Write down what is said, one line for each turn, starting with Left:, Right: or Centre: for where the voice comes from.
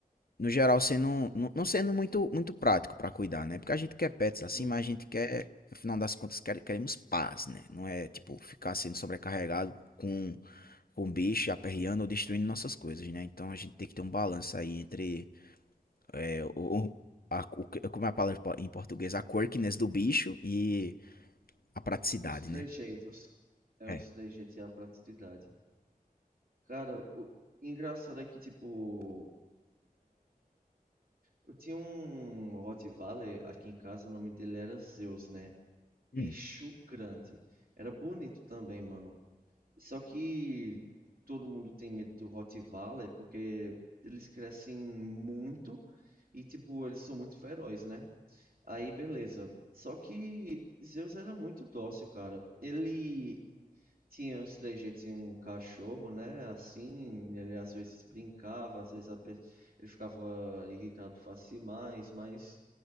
Left: No geral, sendo, não, não sendo muito, muito prático pra cuidar, né? Porque a gente quer pets assim,
Right: uhum.
Left: mas a gente quer, afinal das contas, quer- queremos paz, né? Não é, tipo, ficar sendo sobrecarregado com com bicho, aperreando ou destruindo nossas coisas, né? Então a gente tem que ter um balanço aí entre é, o, o- a, o- como é a palavra em po- em português? A quirkiness do bicho e a praticidade,
Right: Os trejeitos.
Left: né?
Right: É,
Left: É.
Right: os trejeitos e a praticidade. Cara, o engraçado é que, tipo, eu tinha um Rottweiler aqui em casa, o nome dele era Zeus, né? Bicho
Left: Hum,
Right: grande. Era bonito também, mano. Só que todo mundo tem medo do Rottweiler porque eles crescem muito e, tipo, eles são muito ferozes, né? Aí, beleza. Só que Zeus era muito dócil, cara. Ele Tinha, o Slayer tinha um cachorro, né? Assim, ele às vezes brincava, às vezes a pe- ele ficava irritado fácil demais, mas